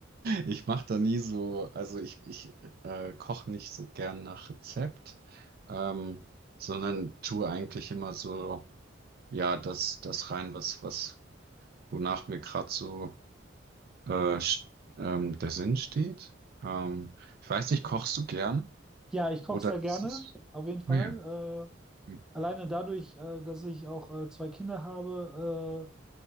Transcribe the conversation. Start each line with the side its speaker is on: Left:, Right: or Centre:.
Right: Ich mache da nie so, also ich, ich äh, koche nicht so gern nach Rezept, ähm, sondern tue eigentlich immer so, ja, das, das rein, was, was, wonach mir gerade so äh, sch- ähm, der Sinn steht. Ähm, ich weiß nicht, kochst du gern?
Centre: Ja, ich koche
Right: Oder
Centre: sehr
Right: ist
Centre: gerne,
Right: es...
Centre: auf jeden Fall.
Right: Nee.
Centre: Äh,
Right: Hm.
Centre: Alleine dadurch, äh, dass ich auch äh, zwei Kinder habe,